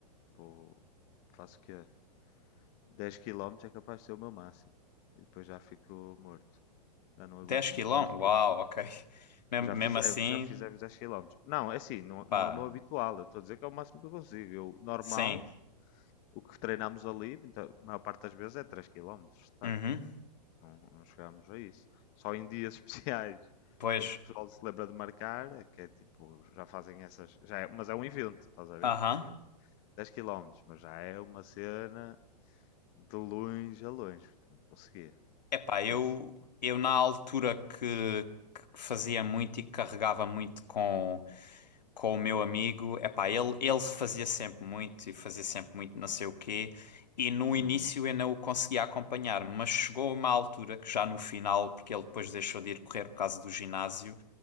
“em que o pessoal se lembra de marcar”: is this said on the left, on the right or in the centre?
Left